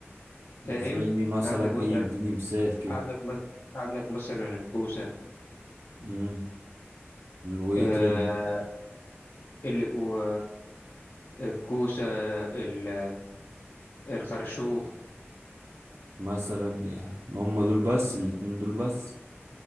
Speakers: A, on the left; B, on the right.
A: فاهم
B: زي مثلا
A: عندك مثلا
B: ايه اديني مثال كده
A: عندك مثلا عندك مثلا الكوسه
B: امم وايه
A: آه
B: تاني
A: ال... و... الكوسه ال... الخرشوف
B: مثلا إيه؟ هم دول بس الاتنين دول بس